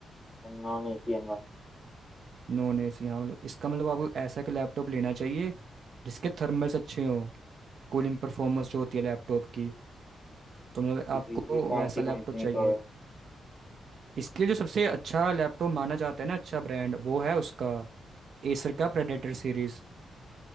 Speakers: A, on the left; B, on the right.
A: Non AC
B: नॉन एसी हाँ मतलब इसका मतलब आपको ऐसा का लैपटॉप लेना चाहिए जिसके थर्मल्स अच्छे हों कूलिंग परफॉर्मेंस जो होती है लैपटॉप की
A: एनवायरनमेंट
B: तो मतलब आपको
A: तो ये कौन
B: वैसा
A: सी
B: लैपटॉप
A: कंपनी
B: चाहिए
A: का
B: इसके लिए जो सबसे अच्छा लैपटॉप माना जाता है ना अच्छा ब्रांड वो है उसका एसर का प्रेडेटर सीरीज